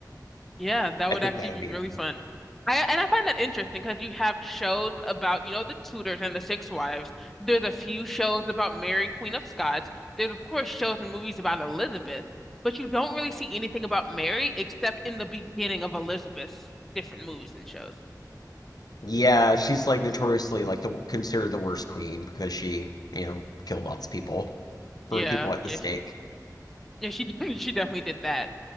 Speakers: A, in the centre; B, on the left (about 65°).
A: Yeah, that would
B: I think
A: actually
B: that would
A: be
B: be.
A: really fun. I and I find that interesting because you have shows about, you know, the Tudors and the Six Wives. There's a few shows about Mary, Queen of Scots. There's of course shows and movies about Elizabeth, but you don't really see anything about Mary except in the beginning of Elizabeth's different movies and shows.
B: Yeah, she's like notoriously like the considered the worst queen because she, you know, killed lots of people, burned
A: Yeah,
B: people at the
A: yeah,
B: stake.
A: she yeah, she <laughs> she definitely did that.